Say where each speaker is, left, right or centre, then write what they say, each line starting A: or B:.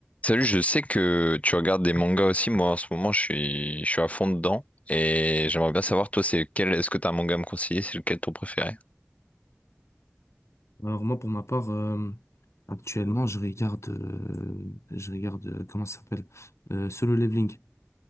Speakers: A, on the left; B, on the left.
A: Salut, je sais que tu regardes des mangas aussi. Moi, en ce moment, je suis, je suis à fond dedans. Et j'aimerais bien savoir, toi, c'est quel, est-ce que t'as un manga à me conseiller? C'est lequel ton préféré?
B: Alors moi pour ma part euh, actuellement je regarde euh, je regarde euh, comment ça s'appelle euh, Solo Leveling.